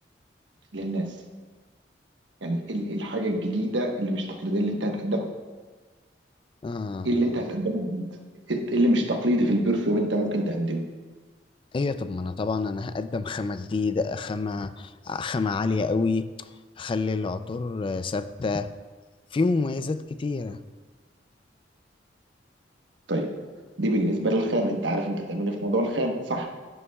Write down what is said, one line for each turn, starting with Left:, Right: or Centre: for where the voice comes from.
Right: للناس يعني ايه إيه الحاجه الجديده اللي مش تقليديه اللي انت هتقدمها
Left: اه
Right: ايه اللي انت هتقدمه جديد ايه اللي مش تقليدي في البرفيوم انت ممكن تقدمه
Left: ايوه طب ما انا طبعا انا هقدم خامة جديدة خامة خامة عالية قوي اخلي العطور ثابتة في مميزات كتيرة
Right: طيب دي بالنسبه للخامه انت عارف انت هتعمل إيه في موضوع الخامه صح